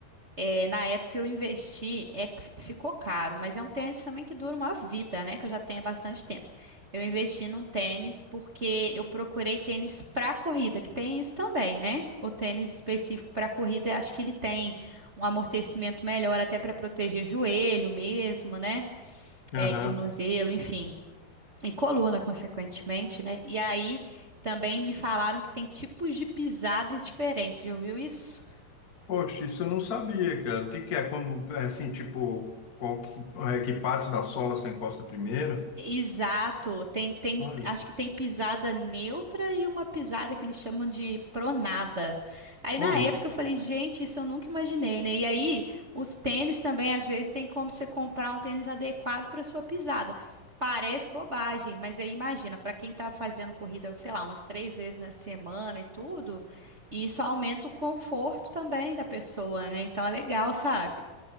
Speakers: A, on the right; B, on the left.
A: É, na época eu investi, é, que fi- ficou caro, mas é um tênis também que dura uma vida, né? Que eu já tenho há bastante tempo. Eu investi num tênis porque eu procurei tênis para corrida, que tem isso também, né? O tênis específico para corrida, acho que ele tem um amortecimento melhor até para proteger joelho mesmo, né?
B: Uhum.
A: É, e tornozelo, enfim. E coluna, consequentemente, né? E aí também me falaram que tem tipos de pisadas diferentes. Já ouviu isso?
B: Poxa, isso eu não sabia, cara. O que que é quando, é assim, tipo, qual que, é, que parte da sola você encosta primeiro?
A: Exato, tem, tem,
B: Olha,
A: acho que tem pisada neutra e uma pisada que eles chamam de pronada. Aí
B: ô
A: na
B: louco.
A: época eu falei, gente, isso eu nunca imaginei, né? E aí os tênis também, às vezes, tem como você comprar um tênis adequado para sua pisada. Parece bobagem, mas aí imagina, para quem tá fazendo corrida, sei lá, umas três vezes na semana e tudo, isso aumenta o conforto também da pessoa, né? Então é legal, sabe?